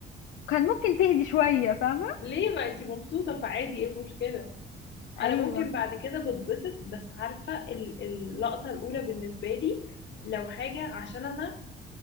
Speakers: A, on the left (about 85°); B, on the left (about 65°).
A: كان ممكن تهدي شوية فاهمة
B: ليه ما انتي مبسوطة فعادي ايه المشكلة
A: ايوه
B: انا ممكن بعد كده بتبسط بس عارفة ال- اللقطة الاولى بالنسبة لي لو حاجة عشان انا